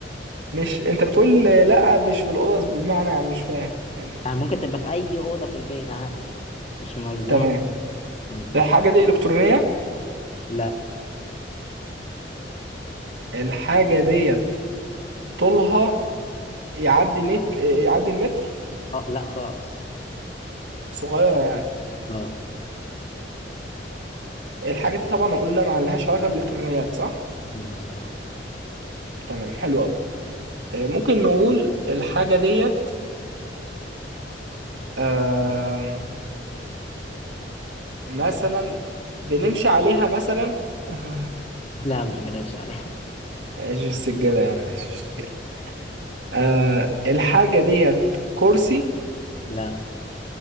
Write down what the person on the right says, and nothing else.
مش انت بتقول لا مش في الأوضة بمعنى يعني مش فاهم يعني
تمام
الحاجة دي إلكترونية
الحاجة ديت طولها يعدي متر يعدي المتر
صغيرة يعني
الحاجة دي طبعا قلنا ما لهاش علاقة بالإلكترونيات صح
تمام حلو أوي آه، ممكن نقول الحاجة ديت آم، مثلا بنمشي عليها مثلا <laughs>
ماشي السجادة يعني ماشي مش مشكلة آه الحاجة ديت كرسي